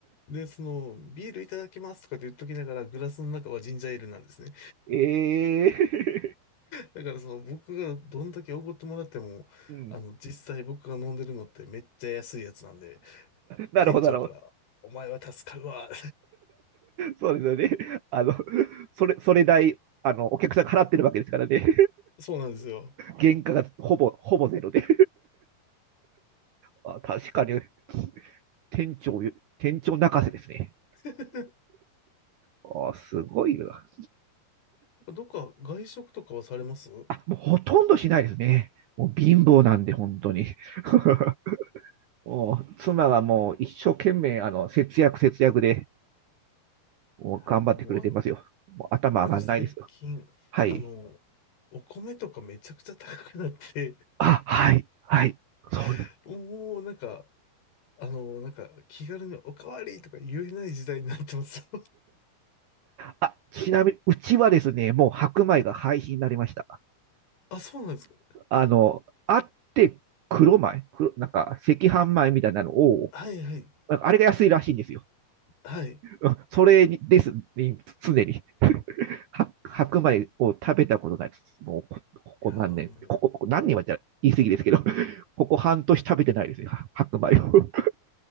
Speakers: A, on the left; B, on the right.
A: で、その、ビールいただきますとかって言っときながらグラスの中はジンジャーエールなんですね。
B: <laughs> ええー
A: だからその僕がどんだけ奢ってもらっても、
B: <laughs> うん。
A: あの、実際僕が飲んでるのってめっちゃ安いやつなんで、
B: なるほど、
A: 店長から、
B: なるほど。
A: お前は助かるわ。
B: そうですよね。あの、それ、それ代、あの、お客さんが払ってるわけですからね。
A: <laughs> そうなんですよ。
B: 原価がほぼ、ほぼゼロで。あ確かに、店長、店長泣かせですね。
A: <laughs>
B: あすごいな。
A: どっか外食とかはされますい
B: あ、もうほとんどしないですね。もう貧乏なんで、本当に。<laughs> もう妻がもう一生懸命、あの、節約節約で、もう頑張ってくれてますよ。
A: や、もうあの、
B: もう頭上がんないですよ。
A: 特に最近、
B: はい。
A: あの、お米とかめちゃくちゃ高くなって、
B: あ、はい、はい。そうです。
A: <laughs> もうなんか、あの、なんか気軽におかわりとか言えない時代になってます。
B: あ、ちなみに、うちはですね、もう白米が廃止になりました。
A: <laughs> あ、そうなんですか。
B: あの、あって黒米、黒なんか赤飯米みたいなのを、
A: はいはい。
B: なんかあれが安いらしいんですよ。
A: はい。い
B: うんそれにです、ね、常に。は白米を食べたことないです。もうこ、ここ何年、
A: やーもう、
B: ここ、ここ何年はじゃ言い過ぎですけど、<laughs> ここ半年食べてないですね、白米を。